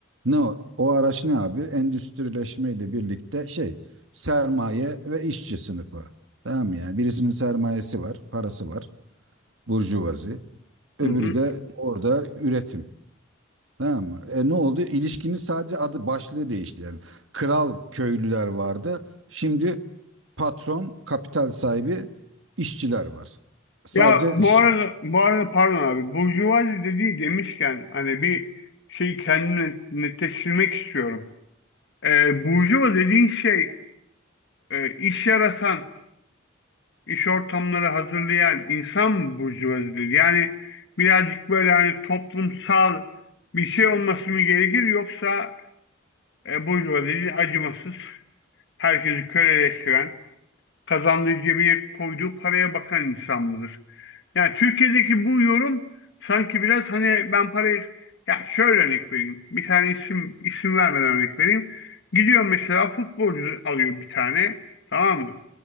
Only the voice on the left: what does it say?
Hı hı.
Ya bu
arada bu arada pardon abi burjuvazi dediği demişken hani bir şey kendimi netleştirmek istiyorum. Ee, burjuva dediğin şey e, iş yaratan iş ortamları hazırlayan insan burjuvazidir. Yani birazcık böyle hani toplumsal bir şey olması mı gerekir yoksa e, burjuvazi acımasız, herkesi köleleştiren, kazandığı cebine koyduğu paraya bakan insan mıdır? Yani Türkiye'deki bu yorum sanki biraz hani ben parayı ya şöyle örnek vereyim. Bir tane isim isim vermeden örnek vereyim. Gidiyor mesela futbolcu alıyor bir tane tamam mı?